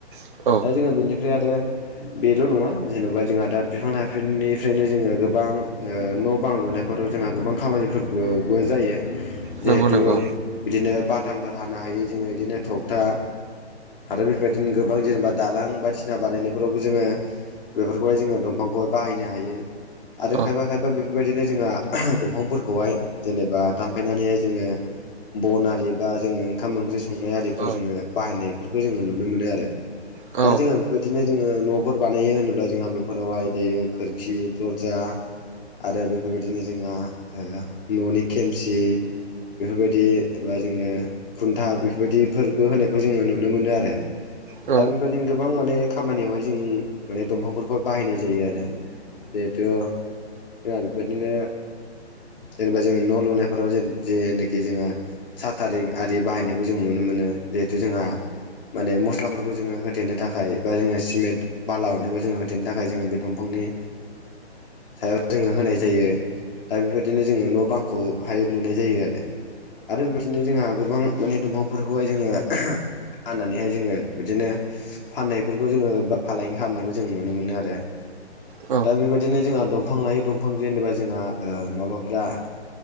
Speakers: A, on the right; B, on the left.
A: औ
B: दा जोङो बेनिफ्राय आरो बेल' नङा जेन'बा जोंहा दाद बिफां लाइफिनिफ्रायनो जोङो गोबां न' बां लुनायफोराव जोंहा गोबां खामानिफोरबो जायो
A: नंगौ
B: जिहेथु
A: नंगौ
B: बिदिनो बाथामफोर हानो हायो जोङो बिदिनो थगथा आरो बेफोरबायदिनो गोबां जेनेबा दालां बायदिसिना बानायनायफोरावबो जोङो बेफोरखौहाय जोङो दंफांखौहाय बाहायनो हायो। आरो
A: औ
B: खायफा खायफा बेफोरबायदिनो जोङो दंफांफोरखौहाय जेनेबा दानफायनानैहाय जोङो बन आरि बा जोङो ओंखाम ओंख्रि संनाय आरिफ्राव
A: औ
B: जोङो बाहायनायफोरखौ जोङो नुनो मोनो आरो
A: औ
B: दा जोङो बेबायदिनो जोङो न'फोर बानायो होनोब्ला जोंहा बेफोरावहाय दायो खोरखि दरजा आरो बेफोरबायदिनो जोंहा न'नि खेमसि बेफोरबायदि एबा जोङो खुन्था बेफोरबायदि फोरबो होनायखौ जोङो नुनो मोनो आरो
A: औ
B: दा बेबायदिनो गोबां माने खामानियावहाय जों माने दंफांफोरखौहाय बाहायनाय जायो आरो जेहथु जोंहा बेफोरदिनो जेनेबा जों न' लुनायफोराव ज जेनोखि जोङो साथारिं आरि बाहायनायखौ जों नुनो मोनो। जिहेथु जोंहा माने मस्लाफोरखौ जोङो होथेनो थाखाय बा जोङो सिमेन्ट बाला अन खौ जोङो होथेनो थाखाय जोङो बे दंफांनि सायाव जोङो होनाय जायो। दा बेबायदिनो जोङो न' बांखौहाय लुनाय जायो आरो आरो बेबायदिनो जोंहा गोबां माने दंफांफोरखौहाय जोङो हानानैहाय जोङो बिदिनो फाननायफोरखौ जोङो बा फालांगि खालामनायखौ जों नुनो मोनो आरो।
A: औ
B: दा बेबायदिनो जोंहा दंफां लायो दंफां ज जेनेबा जोंहा माबाफ्रा